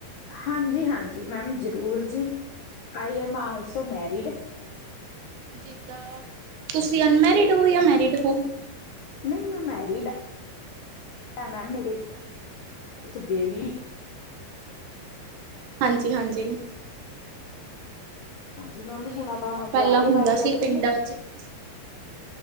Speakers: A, on the left; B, on the right.
A: ਹਾਂਜੀ-ਹਾਂਜੀ ਮੈਮ ਜ਼ਰੂਰ ਜੀ। I am also married.
B: ਜਿੱਦਾਂ ਤੁਸੀਂ ਅਨਮੈਰਿਡ ਹੋ ਯਾਂ ਮੈਰਿਡ ਹੋ?
A: ਨਈ ਮੈਂ ਮੈਰੀਡ ਆਂ। ਮੈ ਮੇਰੇ
B: ਅੱਛਾ ਅੱਛਾ
A: ਇੱਕ ਬੇਬੀ
B: ਹਾਂਜੀ, ਹਾਂਜੀ।
A: ਹਾਂਜੀ ਮੈਮ
B: ਤੇ
A: ਹੁਣ ਆਪਾਂ
B: ਜਿੱਦਾਂ ਪੈਲਾਂ
A: ਵਿਆਹ ਦੇ
B: ਹੁੰਦਾ
A: ਬਾਰੇ
B: ਸੀ
A: ਗੱਲ ਕਰੀਏ
B: ਪਿੰਡਾਂ 'ਚ ਕਿਸ